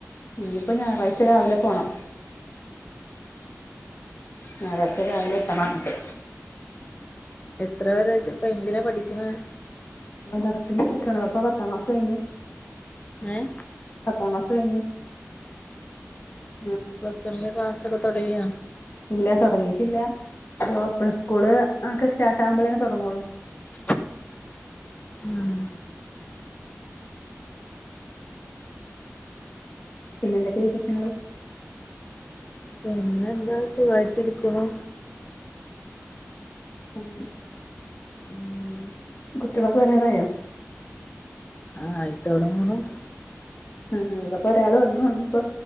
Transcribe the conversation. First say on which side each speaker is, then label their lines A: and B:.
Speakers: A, on the left; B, on the left.
A: ഇനിയിപ്പൊ ഞായറാഴ്ച രാവിലെ പോണം ഞായറാഴ്ച്ച രാവിലെ എത്തണഅങ്ങട്ട്
B: എത്ര പേരെ ഇപ്പൊ എന്തിനാ പഠിക്കണത്
A: മദ്രസ നിക്കണപ്പ പത്താം ക്ലാസ്സ്‌ കഴിഞ്ഞു
B: ഏഹ്
A: പത്താം ക്ലാസ്സ്‌ കഴിഞ്ഞു <unintelligible>
B: പ്ലസ് വൺന്റെ ക്ലാസ്സൊക്കെ തൊടങ്ങിയ
A: ഇല്ല തൊടങ്ങീട്ടില്ല ഇത് ഓപ്പൺ സ്കൂള് ഒക്കെ സ്റ്റാർട്ട് ആകുമ്പോളനെ തുടങ്ങോള്ളൂ
B: ആ
A: പിന്നെ എന്തൊക്കെയാ വിശേഷങ്ങള്
B: പിന്നെ എന്താ സുഖായിട്ടിരിക്കുന്നു.
A: ഏഹ്
B: ഉം
A: കുട്ടികളൊക്കെ വരാറായോ?
B: ആയി തുടങ്ങന്ന്.
A: ആഹ് ഇവിടെ ഇപ്പൊ ഒരാള് വന്നു, ഇനിപ്പോ